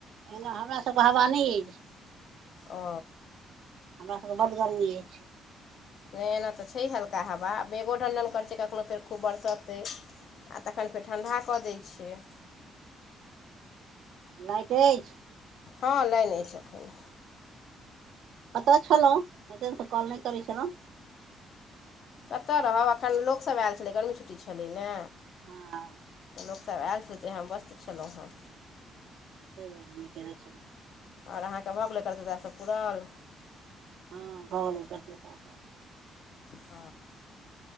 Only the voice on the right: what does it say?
एना हमरा सबके हवानी अछि
हमरा सबके बड गर्मी अछि
लाइट अछि
कतऽ छललौ ऐते दिन सँ कल नहि करै छल
हँ
दर न केने छल
हँ भव नहि कर द त